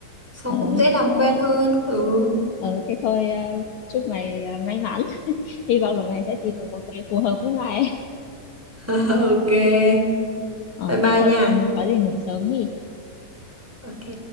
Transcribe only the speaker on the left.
ờ,
ờ, thế thôi ờ, chúc mày ờ, may mắn, <laughs> hy vọng là mày sẽ tìm được một người phù hợp với mày.
Ờ,
thế
thôi,
có gì ngủ sớm đi.